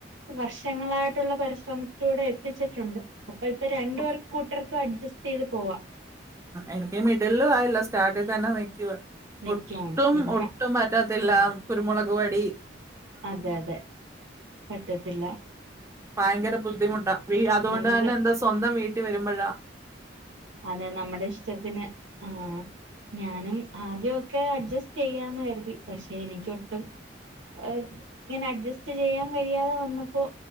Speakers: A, on the right (about 80°); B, on the right (about 15°).
A: വർഷങ്ങളായിട്ടുള്ള പരിശ്രമത്തിലൂടെ എത്തിച്ചിട്ടുണ്ട്. അപ്പൊ ഇപ്പൊ രണ്ടു
B: ഓ
A: പേർക്ക് കൂട്ടുകർക്കും അഡ്ജസ്റ്റ് യ്ത് പോവാ
B: എനിക്ക് മിഡില്ലു ആയില്ല സ്റ്റാർട്ടി തന്നെ നിയ്ക്കുവ.
A: നിക്കുവാണ്
B: ഒട്ടും
A: പിന്നെ
B: ഒട്ടും പറ്റത്തില്ല കുരുമുളക് പടി
A: അതെ അതെ പറ്റത്തില്ല
B: ഭയങ്കര ബുദ്ധിമുട്ടാ വി അതോണ്ട്
A: നമുക്ക്
B: തന്നെ എന്താ സ്വന്തം വീട്ടി വരുമ്പഴാ
A: അതെ നമ്മടെ ഇഷ്ടത്തിന് ആ ഞാനും ആദ്യക്കെ അഡ്ജസ്റ്റ് യ്യാന്ന് കരുതി പക്ഷെ എനിക്കൊട്ടും ഏ ഇങ്ങനെ അഡ്ജസ്റ്റ് ചെയ്യാ കഴിയാതെ വന്നപ്പോ